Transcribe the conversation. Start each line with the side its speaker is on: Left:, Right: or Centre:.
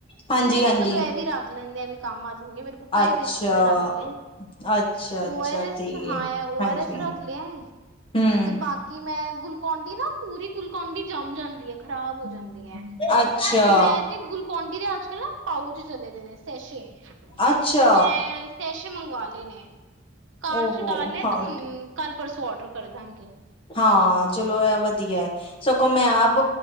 Left: ਹਾਂਜੀ
Right: ਮੈਂ ਕਿਹਾ
Left: ਹਾਂਜੀ
Right: ਚਲੋ ਇਹ ਵੀ ਰੱਖ ਲੈਂਦੇ ਆ ਵੀ ਕੰਮ ਆ ਜਾਂਣਗੇ ਮੇਰੇ ਕੋਲ ਪਏ
Left: ਅੱਛਾ
Right: ਦੇਸੇ ਤੇ ਮੈਂ ਰੱਖ ਲੈ,
Left: ਅੱਛਾ-ਅੱਛਾ
Right: ਓ ਆਰ ਐਸ
Left: ਠੀਕ
Right: ਹਾਂ, ਓ
Left: ਹਾਂਜੀ
Right: ਆਰ ਐਸ ਰੱਖ ਲਿਆ ਐ।
Left: ਹੂੰ
Right: ਤੇ ਬਾਕੀ ਮੈਂ ਗਲੂਕੋਨ-ਡੀ ਨਾ ਪੂਰੀ ਗਲੂਕੋਨ-ਡੀ ਜੰਮ ਜਾਂਦੀ ਐ ਖ਼ਰਾ ਹੋ ਜਾਂਦੀ ਐ,
Left: ਅੱਛਾ,
Right: ਤੇ ਮੈਂ ਤੇ ਗੂ ਕੋਨ-ਡੀ ਦੇ ਅੱਜ ਕੱਲ ਨਾ ਪਾਊਚ ਚਲੇ ਦੇ ਨੇ, ਸੈਸ਼ੇ,
Left: ਅੱਛਾ
Right: ਤੇ ਮੈਂ ਸੈਸ਼ੇ ਮੰਗਵਾ ਲਏ ਨੇ, ਕਾਰਡ
Left: ਓਹੋ
Right: 'ਚ' ਡਾਲ ਲਿਆ
Left: ਹਾਂ,
Right: ਤੇ ਹੁਣ ਕੱਲ-ਪਰਸੋਂ ਔਡਰ ਕਰ ਦਾਂਗੇ।
Left: ਹਾਂ, ਚਲੋ ਐਂ ਵਧੀਆ। ਸਗੋਂ ਮੈਂ ਆਪ